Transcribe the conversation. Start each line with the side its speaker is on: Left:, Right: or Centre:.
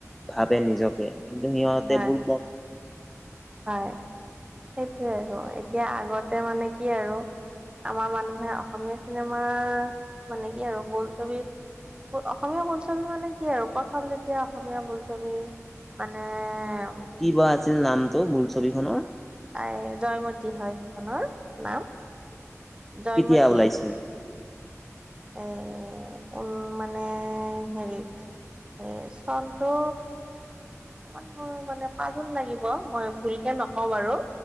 Centre: ভাবে নিজকে কিন্তু সিহঁতে
Right: হয়
Centre: বুৰ্বক
Right: হয়, সেইটোৱে আৰু এতিয়া আগতে মানে কি আৰু আমাৰ মানুহে অসমীয়া চিনেমা মানে কি আৰু বোলছবি অসমীয়া বোলছবি মানে কি আৰু প্ৰথম যেতিয়া অসমীয়া বোলছবি মানেম
Centre: কি বা আছিল নামটো বোলছবিখনৰ
Right: আই জয়মতী হয় সেইখনৰ নাম, জয়মতী
Centre: কেতিয়া ওলাইছিল
Right: অ উম মানে হেৰিত, এই চনটো মোৰ মানে পাজোল লাগিব মই ভুলকে নকওঁ বাৰু